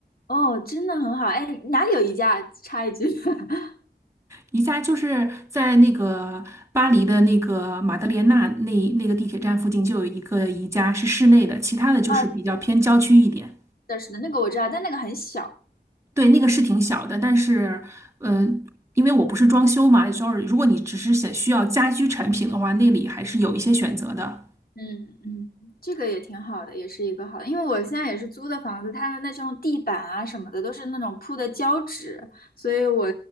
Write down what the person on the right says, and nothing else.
宜家就是在那个巴黎的那个马德莲娜那那个地铁站附近就有一个宜家，是室内的，其他的就是比较偏郊区一点。
对，那个是挺小的，但是，呃，因为我不是装修嘛，就是如果你只是想需要家居产品的话，那里还是有一些选择的。